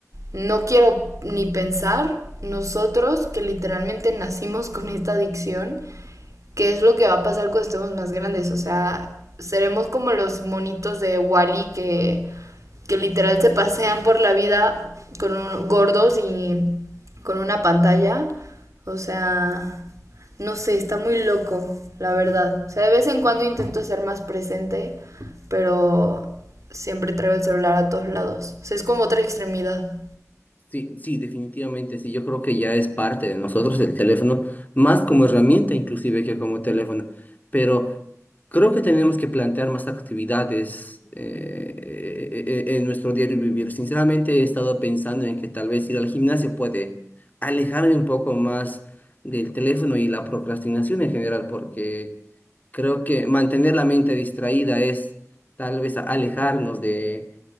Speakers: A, on the right; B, on the left.
A: no quiero ni pensar nosotros que literalmente nacimos con esta adicción, qué es lo que va a pasar cuando estemos más grandes. O sea, seremos como los monitos de Wall-E que, que literal se pasean por la vida con un- gordos y con una pantalla. O sea, no sé, está muy loco, la verdad. O sea, de vez en cuando intento ser más presente, pero siempre traigo el celular a todos lados. O sea, es como otra extremidad.
B: Sí, sí, definitivamente, sí, yo creo que ya es parte de nosotros el teléfono, más como herramienta inclusive que como teléfono, pero creo que tenemos que plantear más actividades eh, e- e- en nuestro diario vivir. Sinceramente he estado pensando en que tal vez ir al gimnasio puede alejarme un poco más del teléfono y la procrastinación en general, porque... Creo que mantener la mente distraída es tal vez alejarnos de,